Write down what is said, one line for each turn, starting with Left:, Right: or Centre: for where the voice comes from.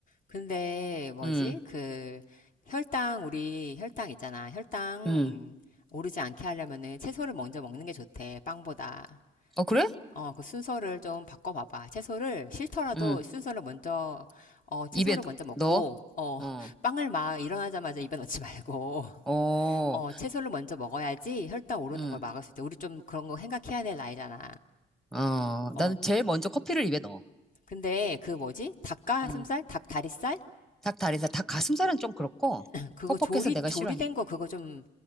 Left: 근데 뭐지?
Centre: 음,
Left: 그 혈당 우리 혈당 있잖아. 혈당
Centre: 음.
Left: 오르지 않게 하려면은 채소를 먼저 먹는 게 좋대. 빵보다.
Centre: 어 그래?
Left: 어, 그 순서를 좀 바꿔봐봐. 채소를 싫더라도
Centre: 음.
Left: 순서를 먼저 어, 채소를
Centre: 입에
Left: 먼저 먹고
Centre: 넣어?
Left: 어,
Centre: 어,
Left: <laughs> 빵을 막 일어나자마자 입에 넣지 말고 <laughs>
Centre: 어,
Left: 어, 채소를 먼저 먹어야지 혈당 오르는
Centre: 음.
Left: 걸 막을 수 있대. 우리 좀 그런 거 생각해야 될 나이잖아.
Centre: 어, 나는
Left: 어.
Centre: 제일 먼저 커피를 입에 넣어.
Left: 근데 그 뭐지? 닭가슴살,
Centre: 음.
Left: 닭다리살
Centre: 닭다리살, 닭가슴살은 좀 그렇고
Left: 그거
Centre: 퍽퍽해서
Left: 조리,
Centre: 내가
Left: 조리된
Centre: 싫어하니까.
Left: 거 그거 좀